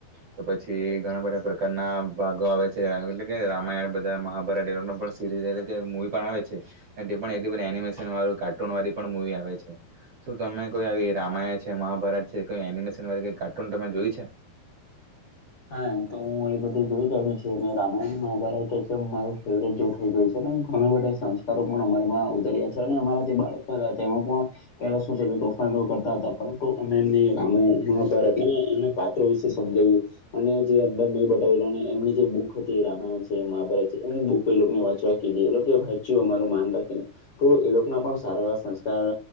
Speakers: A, on the right; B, on the left.
A: કે પછી ઘણા બધા પ્રકારના ભાગો આવે છે એટલે કે રામાયણ મહાભારત એ લોકનો પણ સીરીઝ એટલે મુવી પણ આવે છે તે પણ એટલી બધી એનિમેશન વાળું કાર્ટૂન વાળી પણ મુવી આવે છે શું તમે કોઈ આવી રામાયણ છે મહાભારત છે કોઈ એનિમેશન વાળી કઈ કાર્ટૂન તમે જોઈ છે?
B: હા એમ તો હું અહી બધું જોઈ કાઢ્યું છે, ને રામાયણ મહાભારત એકદમ મારો ફેવરેટ જેવું થઈ ગયું છે ઘણા બધા સંસ્કારો પણ અમારામાં ઉતર્યા છે અને અમારા જે બાળકો <inaudible> તેમનુ પણ પેલા શું છે કે તોફાનો કરતા હતા પરંતુ અમે એમને રામાયણ મહાભારત અને એમના પાત્રો વિશે સમજાયવું. અને જે અંદર નહી બતાવેલો અને એમની જે બુક હતી રામાયણ છે મહાભારત છે એમની બુક એ લોકોને વાંચવા કીધી એ લોકો વાંચ્યું અમારું માન રાખીને તો એ લોકોના પણ સારા એવા સંસ્કાર